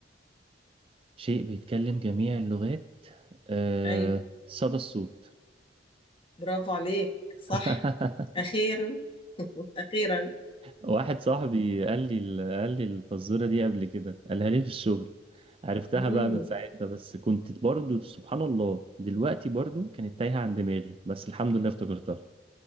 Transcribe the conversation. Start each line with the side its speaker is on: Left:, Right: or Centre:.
Right: شيء بيتكلم جميع اللغات آه...
Left: أيوة
Right: صدى الصوت
Left: برافو عليك
Right: <laughs>
Left: صح أخيرا أخيرا
Right: واحد صاحبي قال لي ال- قال لي الفزورة دي قبل كده قالها لي في الشغل عرفتها
Left: مم.
Right: بقى من ساعتها بس كنت برضو سبحان الله دلوقتي برضو كانت تايهة عن دماغي بس الحمد لله افتكرتها